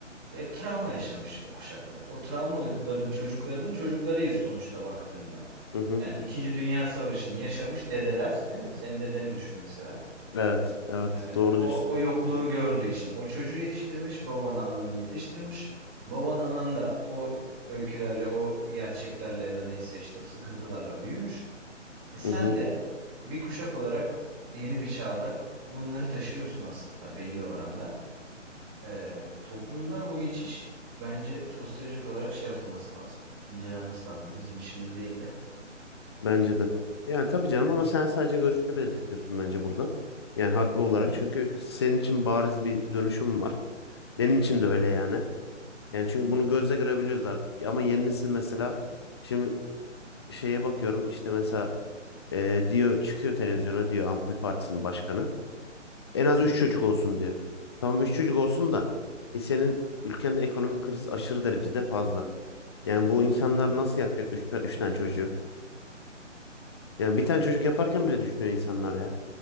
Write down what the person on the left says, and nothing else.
Hı hı.
Evet evet
doğru
diyorsun.
Hı hı.
Bence de. Yani tabii canım ama sen sadece görüşünü belirtiyorsun bence burada. Yani haklı olarak
çünkü senin için bariz bir dönüşüm var. Benim için de öyle yani. Yani çünkü
bunu gözle görebiliyoruz artık. Ama yeni nesil mesela şimdi şeye bakıyorum işte mesela e, diyor çıkıyor televizyona diyor Ampul Partisi'nin başkanı. En az
3 çocuk olsun diyor. Tamam 3 çocuk olsun da e, senin ülkende ekonomik kriz aşırı derecede fazla. Yani bu insanlar
nasıl yapacak üç, üç tane çocuğu? Yani bir tane çocuk yaparken bile düşünüyor insanlar ya.